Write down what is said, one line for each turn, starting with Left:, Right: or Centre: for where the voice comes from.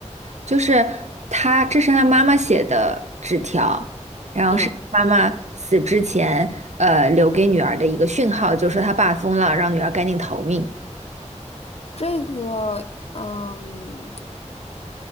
Right: 就是他，这是他妈妈写的纸条，然后是妈妈死之前，
Left: 嗯，
Right: 呃，留给女儿的一个讯号，就是说他爸疯了，让女儿赶紧逃命。
Left: 这个，嗯，